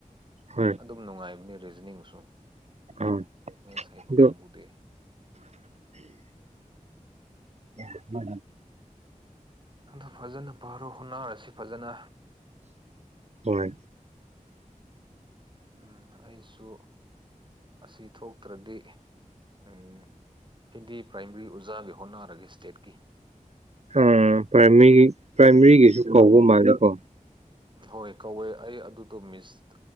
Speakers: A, on the right; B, on the right.
A: ꯍꯣꯏ
B: ꯑꯗꯨꯝ ꯅꯨꯡꯉꯥꯏꯕꯅꯦ ꯔꯤꯖꯅꯤꯡꯁꯨ
A: ꯑꯥ
B: ꯃꯁꯥꯏꯕ
A: ꯑꯗꯣ
B: ꯀꯪꯕꯨꯗꯦ
A: ꯌꯥ ꯃ
B: ꯍꯟꯗ ꯐꯖꯅ ꯚꯔꯣ ꯍꯨꯅꯥꯔꯁꯤ ꯐꯖꯅ
A: ꯍ
B: ꯎꯝ ꯑꯩꯁꯨ ꯑꯁꯤ ꯊꯣꯛꯇ꯭ꯔꯗꯤ ꯎꯝ ꯍꯤꯟꯗꯤ ꯄ꯭ꯔꯥꯏꯃꯔꯤ ꯑꯣꯖꯥꯒꯤ ꯍꯣꯠꯅꯔꯒꯦ ꯏꯁꯇꯦꯠꯀꯤ
A: ꯑꯥ ꯄ꯭ꯔꯥꯏꯃꯔꯤꯒꯤ ꯄ꯭ꯔꯥꯏꯃꯔꯤꯒꯤꯁꯨ ꯀꯧꯕ ꯃꯥꯜꯂꯦꯀꯣ
B: ꯍꯣꯏ ꯀꯧꯋꯦ ꯑꯩ ꯑꯗꯨꯗꯣ ꯃꯤꯁ